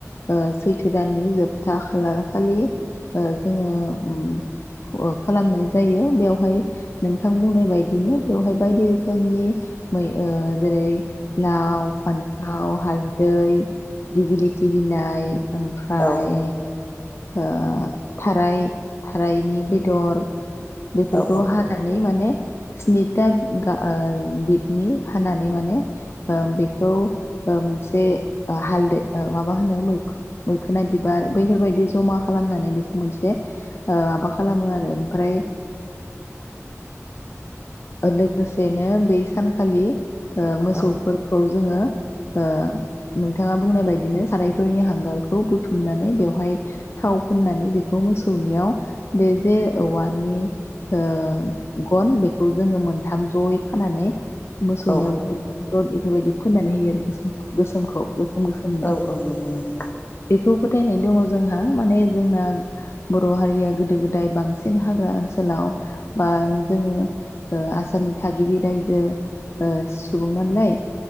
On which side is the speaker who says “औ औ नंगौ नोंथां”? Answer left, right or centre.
Left